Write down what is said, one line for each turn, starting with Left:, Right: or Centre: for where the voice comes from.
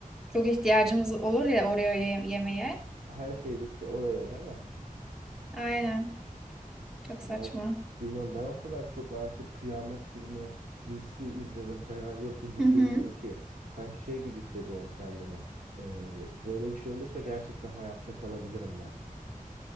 Centre: Çok ihtiyacımız olur ya Oreo ye- yemeye.
Right: Her şey bitti oraya değil mi? <laughs>
Centre: Aynen. Çok
Right: Val
Centre: saçma.
Right: Bilmiyorum ben o kadar çok artık kıyamet filmi dizisi izledim, senaryosu düşündüm
Centre: Hı hı.
Right: ki sanki şey gibi hissediyorum kendimi. E, böyle bir şey olursa gerçekten hayatta kalabilirim ben.